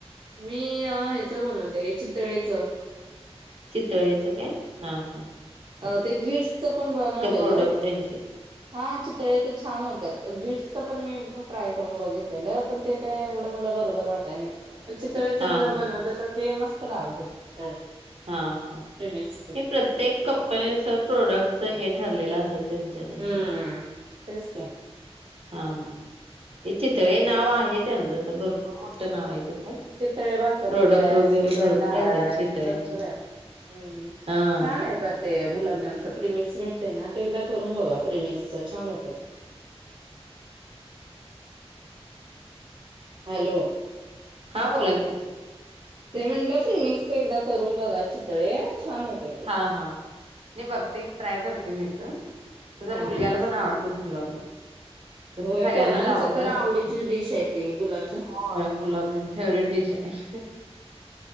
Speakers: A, on the right; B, on the right.
A: मी ह्याच बनवते. ते चितळेच.
B: चितळेचं काय हा हा.
A: अ ते गिट्सच पण बनवलेलं.
B: प्रोडक्ट त्यांचे?
A: हा चितळेच छान होत्या गिटसच पण मी ट्राय करून बघितलेलं पण ते काय एवढं मला बरोबर वाटाय नाही. पण चितळेचे
B: हां,
A: मी जेव्हा
B: हां.
A: बनवलं ते मस्त लागत होत
B: हा हा
A: प्रेमिक्सच
B: हे प्रत्येक कप कंपनीचं प्रोडक्टच हे ठरलेलं असत त्यांच्या त्यांच्यात
A: हम्म तेच की
B: हा हा हे चितळे नाव आहे त्याचं, तर भरपूर मोठं नाव आहे ते पण.
A: चितळे भाकरवडे
B: प्रोडक्ट
A: आहेत,
B: वगैरे
A: श्रीखंड
B: भरपूर
A: हाय
B: आहेत त्यांचे चितळ्यांचे.
A: बरं आहे
B: हां.
A: छान आहे पण ते गुलाब म्हणजे त्याचं प्रमिक्स भेटत ना ते एकदा करून बघा प्रमिक्स छान होतंय हॅलो
B: हा बोला की.
A: ते म्हणल प्रीमिक्सच एकदा करून बघा चितळे छान होते ते.
B: हा हा हा नाही बघते की ट्राय करते मी पण. तस
A: हा
B: मुलग्याला
A: हा
B: पण आवडतात गुलाबजाम. तस
A: होय
B: सगळ्यांनाच
A: पोरांच
B: आवडतात.
A: तर आवडीची डिश आहे ती गुलाबजाम
B: होय गुलाबजाम फेवरेट डिश आहे.